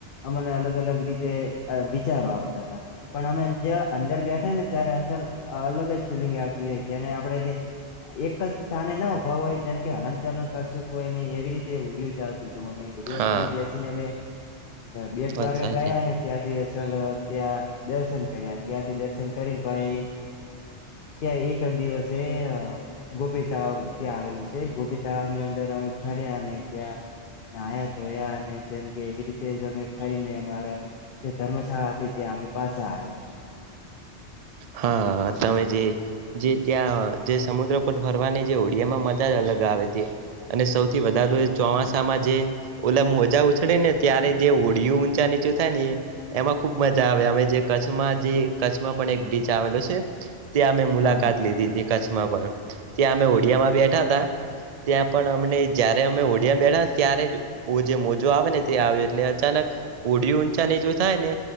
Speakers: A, on the left; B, on the right.
A: અમને અલગ અલગ રીતે વિચારો આવતા હતા પણ અમે જ્યાં અંદર બેઠા ને ત્યાં અ અલગ જ ફિલિંગ આવતી જેને આપણેે જે એક જ સ્થાને ના ઉભા હોય જેમ કે હલન ચલન કરશું કોઈ નને એવી રીતે ઉડય્યું જતું ડમથી
B: હા
A: બેસીને અમે બેટ
B: વાત
A: દ્વારકા
B: સાચી
A: ગયા ને ત્યાંથી ચાલો ત્યાં દર્શન કર્યા ત્યાંથી દર્શન કરીને ભાઈ ત્યાં એક જ દિવસે ગોપી તળાવ ત્યાં આવેલું છે ગોપી તળાવને અંદર અમે ફર્યા અને ત્યાં નાયા ધોયા અને જેમ કે એવી રીતે તે જ અમે ફરીને અમારા જે ધર્મશાળા હતી ત્યા અમે પાછા આયા
B: હા તમે જે જે ત્યાં જે સમુદ્ર પર ફરવાની જે હોડિયામાં મજા અલગ આવે છે અને સૌથી વધારે તો એ ચોમાસામાં જે ઓલા મોજા ઉછળેને ત્યારે જે હોડિયું ઊંચા નીચું થાયને એમાં ખુબ મજા આવે અમેં જે કચ્છમાં જે કચ્છમાં પણ એક બ્રિજ આવેલો છે ત્યાં અમે મુલાકાત
A: હા હા
B: લીધી હતી કચ્છમાં પણ ત્યાં અમે હોડિયામાં બેઠા હતાા ત્યાં પણ અમને જયારે અમે હોડિયામાં બેઠા ત્યારે બઉ જે મોજો આવેને તે આવે એટલે અચાનક હોડિયું ઊંચા નીચું થાય ને